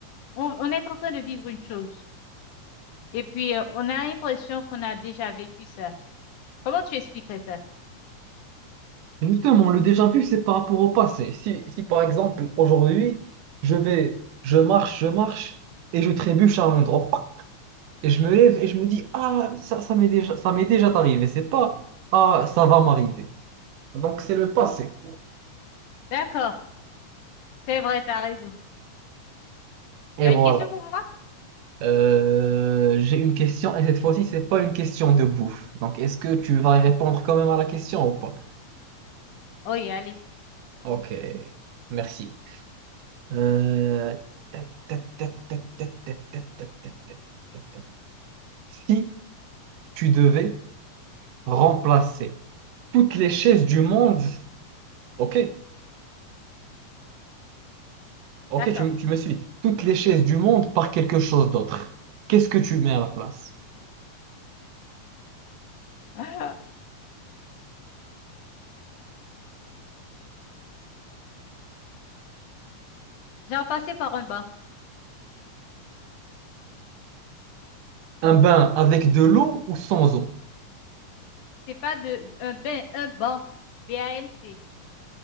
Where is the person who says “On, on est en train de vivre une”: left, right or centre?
Left